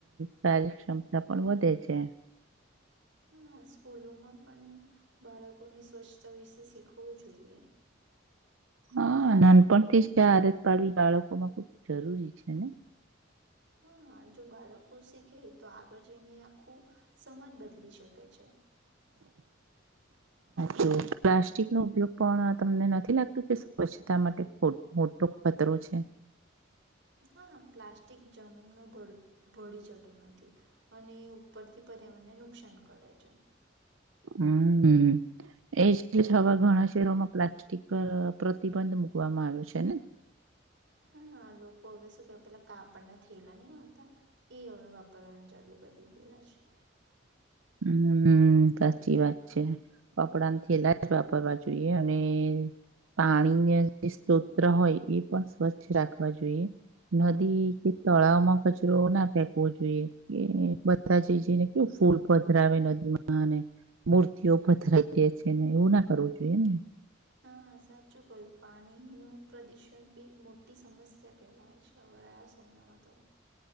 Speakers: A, on the right; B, on the right.
A: કાર્યક્ષ્મતા પણ વધે છે
B: હા સ્કૂલોમાં પણ બાળકોને સ્વચ્છતા વિશે શીખવવું જોઈએ
A: હા નાનપણથી છે આદત પાડવી બાળકોમાં ખબ જરૂરી છે ને
B: હા જો બાળકો શીખે તો આગળ જઈને આખું સમાજ બદલી શકે છે
A: તો પ્લાસ્ટિક નો ઉપયોગ પણ તમને નથી લાગતું કે સ્વચ્છતા માટે મોટો ખતરો છે
B: બમ છે હા પ્લાસ્ટિક જમીનમાં ભળી જતું નથી અને ઉપરથી પર્યાવારણને નુકસાન કરે છે
A: હમ એવા ઘણા શહેરોમાં પ્લાસ્ટિક પર પ્રતિબંધ મુૂકવામાં આવ્યો છે ને
B: હા હ લોકો હવે શું કેવાય પેલા કાપડના થેલા નહીં આવતા એ હવે વાપરવાનું ચાલુ કરી દધા છે <inaudible>
A: હમ હમ, સાચી વાત છે. કપડાન થેલા જ વાપરવા જોઈએ અને પાણીને જે સ્ત્રોત હોય એ પણ સ્વચ્છ રાખવા જોઈએ નદી કે તળાવમાં કચરોના ફેંકવો જોઈએ એ બધા જઈ જઈને કેવું ફૂલ પધરાવે નદીમાં. ને મૂર્તિઓ પધરાઈ દે છેને એવુનાં કરવું જોઈએને.
B: હા, સાચું કહયું પાણીનું પ્રદુષણ બી એક મોટી સમસ્યા કે ભાઈ છેવે આ સમયમાં તો.